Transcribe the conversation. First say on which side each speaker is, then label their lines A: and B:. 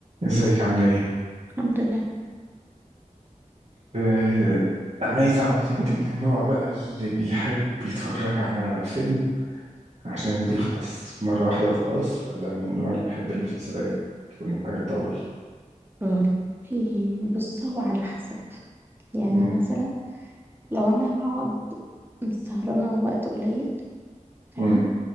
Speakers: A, on the right; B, on the right.
A: ازيك عاملة ايه؟
B: الحمد لله
A: انت عايز اعرف انت من النوع بقى اللي بيحب يتفرج على فيلم عشان بيخلص في مرة واحدة وخلاص ولا من النوع اللي بيحب المسلسلات وان الحاجة تطول؟
B: والله بص هو على حسب يعني
A: مم.
B: مثلا لو انا هقعد سهرانه وقت قليل فاهم
A: مم.